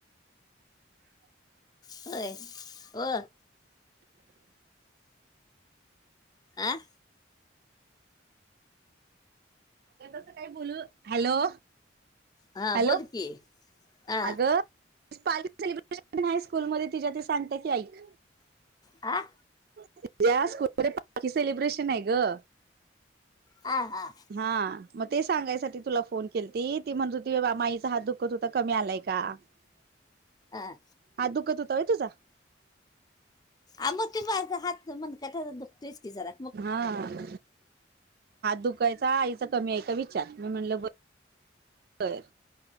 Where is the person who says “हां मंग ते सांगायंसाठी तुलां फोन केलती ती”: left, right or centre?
Right